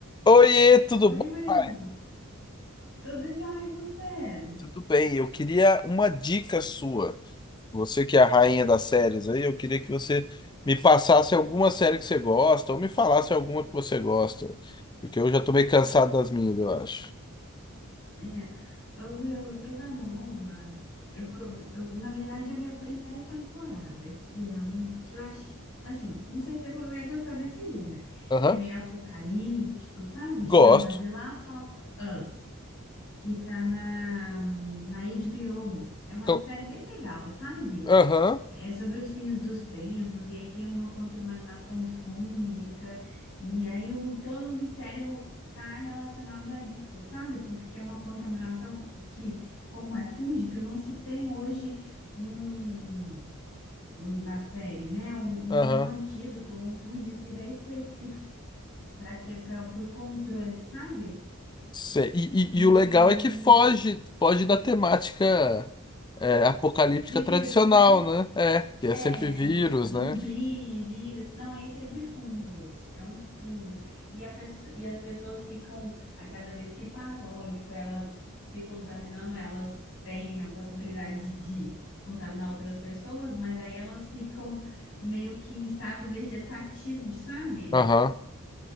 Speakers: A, on the left (about 20°); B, on the left (about 80°).
A: Oiê, tudo
B: Oi,
A: bom,
B: Will.
A: pai?
B: Tudo jóia e você?
A: Tudo bem, eu queria uma dica sua. Você que é a rainha das séries aí, eu queria que você me passasse alguma série que você gosta, ou me falasse alguma que você gosta. Porque eu já tô meio cansado das minhas, eu acho.
B: É, ô, Will, eu tô vendo uma. Eu, co- eu, na verdade, eu vi a primeira temporada, que é um que eu acho assim, não sei se você vai gostar desse gênero,
A: Aham,
B: que é meio apocalíptico, sabe?
A: gosto.
B: Chama The Last of Us, que tá na, na HBO. É uma
A: Cl-
B: série bem legal, sabe?
A: Aham,
B: É sobre os fins dos tempos, e aí tem uma contaminação fúngica, e aí o, todo o mistério está relacionado a isso, sabe? Porque é uma contaminação que, como é fúngica, não se tem hoje um, um- na série, né? Um,
A: aham.
B: um antídoto, um fungicida específico para que para o controle, sabe?
A: Sei. E,
B: E
A: e- e o legal é que foge, foge da temática é, apocalíptica
B: de vírus,
A: tradicional,
B: né?
A: né? É, que
B: É,
A: é sempre vírus,
B: zumbi,
A: né?
B: vírus. Não, esse é de fungos. É um fungo. E, a pesso- e as pessoas ficam, a cada vez que passa, lógico, elas se contaminando, elas têm a possibilidade de contaminar outras pessoas, mas aí elas ficam meio que em estado vegetativo, sabe?
A: Aham,